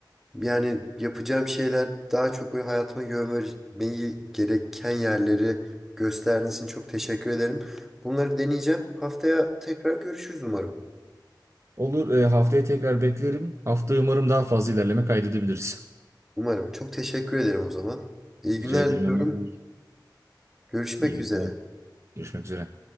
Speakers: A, in the centre; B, on the right.
A: Yani yapacağım şeyler daha çok böyle hayatıma yön vermeyi gereken yerleri gösterdiğiniz için çok teşekkür ederim. Bunları deneyeceğim. Haftaya tekrar görüşürüz umarım.
B: Olur, e, haftaya tekrar beklerim. Hafta umarım daha fazla ilerleme kaydedebiliriz.
A: Umarım. Çok teşekkür ederim o zaman. İyi günler
B: Rica ederim
A: diliyorum.
B: Ömer Bey.
A: Görüşmek
B: İyi
A: üzere.
B: günler. Görüşmek üzere.